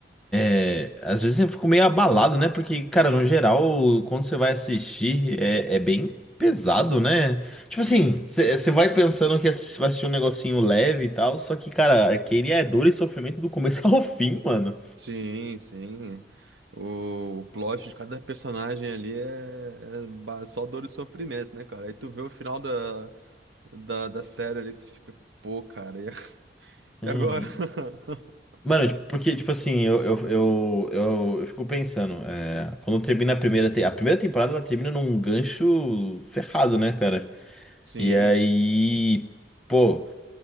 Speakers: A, in the centre; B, on the right (about 80°).
A: É, Às vezes eu fico meio abalado, né? Porque, cara, no geral, quando você vai assistir, é, é bem pesado, né? Tipo assim, você vai pensando que assi- vai assistir um negocinho leve e tal, só que, cara, Arcane é dor e sofrimento do começo <laughs> ao fim, mano.
B: sim, sim. O, o plot de cada personagem ali é, é ba- só dor e sofrimento, né, cara? Aí tu vê o final da, da, da série ali, você fica, pô, cara, e, a- <laughs>
A: Uhum.
B: e agora? <laughs>
A: Mano, tipo, porque, tipo assim, eu, eu, eu, eu, eu fico pensando, é, quando termina a primeira, te- a primeira temporada, ela termina num gancho ferrado, né, cara?
B: Sim.
A: E aí, pô.